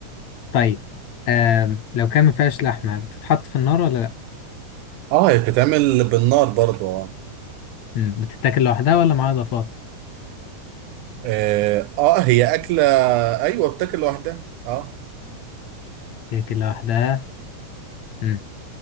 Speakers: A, on the left; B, on the right.
A: طيب آه لو كان ما فيهاش لحمه بتتحط في النار ولا لا
B: اه هي بتتعمل بالنار برضو اه
A: مم. بتتاكل لوحدها ولا معاها اضافات
B: اه آه، هي اكله ايوه بتاكل لوحدها اه
A: بتتاكل لوحدها مم.